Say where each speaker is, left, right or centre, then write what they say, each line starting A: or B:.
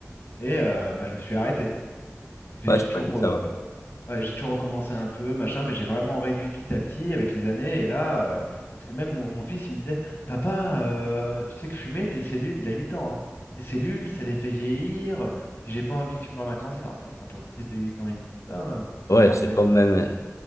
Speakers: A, on the left (about 50°); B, on the left (about 80°).
A: et euh, bah, je me suis arrêté. J'ai
B: Ouais,
A: j'ai
B: ça
A: toujours,
B: m'a dit
A: euh,
B: ça.
A: Ouais, j'ai toujours recommencé un peu, machin, mais j'ai vraiment réduit petit à petit avec les années. Et là, euh, parce que même mon, mon fils, il me disait, Papa, euh, tu sais que fumer, tes cellules, il a 8 ans, hein, tes cellules, ça les fait vieillir, puis j'ai pas envie que tu meurs d'un cancer. Tu sais, quand ton fils de 8 ans, il te dit ça, euh,
B: Ouais,
A: enfin, même,
B: Ouais, c'est
A: il me l'a
B: quand
A: dit.
B: même,